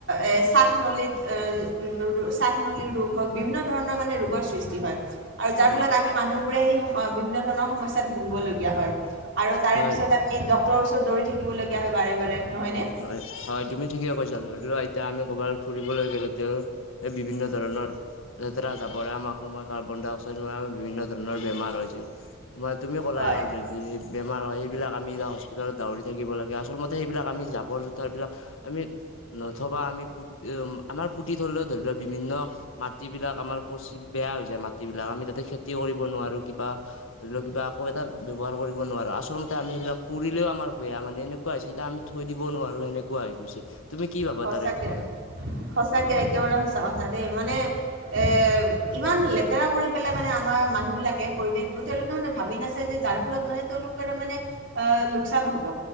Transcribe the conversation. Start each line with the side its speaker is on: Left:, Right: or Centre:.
Right: এ শ্বাস নলীত এউম-ৰো শ্বাস নলীৰ ৰোগ হওঁক বিভিন্ন ধৰণৰ মানে ৰোগৰ সৃষ্টি হয়। আৰু যাৰ
Left: হয়
Right: ফলত আমি মানুহ বোৰে সেই বিভিন্ন ধৰণৰ সমস্যাত ভুগিবলগীয়া হয় আৰু তাৰে
Left: হয়
Right: পিছত আমি এই ডক্টৰৰ ওচৰত দৌৰি থাকিবগীয়া হয় বাৰে বাৰে নহয় নে?
Left: হয়, হয়, তুমি ঠিকে কৈছা ধৰিলোৱা এতিয়া আমি ক'ৰবাত ফুৰিবলৈ গ'লো তেওঁ বিভিন্ন ধৰণৰ লেতেৰা জাবৰা আমাৰ অসমত কাৰ্বন ডাই অক্সাইড হোৱা বিভিন্ন ধৰণৰ বেমাৰ হৈছে ত- তুমি ক'লাই
Right: হয়
Left: যি বেমাৰ হয় সেইবিলাক আমি এয়া হস্পিতালত দাহৰি থাকিব লাগে আচলতে সেইবাক আমি যা বৰ জোথাৰ বিলাক আমি নথবা আমি পু আমাৰ পুতি থৰিলেও ধৰি লোৱা বিভিন্ন মাটিবিলাক আমাৰ পচি বেয়া হৈ যায় মাটি বিলাক আমি তাতে খেতি কৰিব নোৱাৰো। কিবা ধৰি লও কিবা আকৌ এটা ব্যৱহাৰ কৰিব নোৱাৰো আচলমতে আমি সেইবিলাক পুৰিলেও আমাৰ বেয়া মানে এনেকুৱা হৈছে এতিয়া আমি থৈ দিব নোৱাৰো সেনেকুৱা হৈ গৈছে। তুমি কি ভাবা
Right: সঁচাকে,
Left: তাৰে ওপৰত
Right: সঁচাকে একেবাৰে সঁচা কথা দেই মানে এ, ইমান লেতেৰা কৰি পেলাই মানে আমাৰ মানুহ বিলাকে পৰিৱেশতো তেওঁলোকে মানে ভাবি নাচিছে যে যাৰ ফলত মানে তেওঁলোকৰ মানে অ', লোকচান হ'ব।